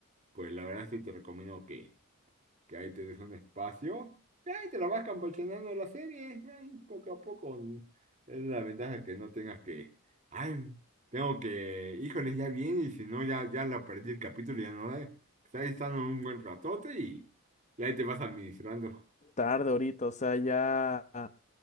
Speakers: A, on the right; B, on the left.
A: pues la verdad sí te recomiendo que, que ahí te des un espacio. Y ahí te lo vas campechaneando la serie. Ahí poco a poco. Es la ventaja que no tengas que. Ay, tengo que. Híjole, ya viene. Y si no, ya, ya la perdí el capítulo y ya no. da". Pues ahí están un buen ratote y, y ahí te vas administrando.
B: tarde ahorita, o sea, ya,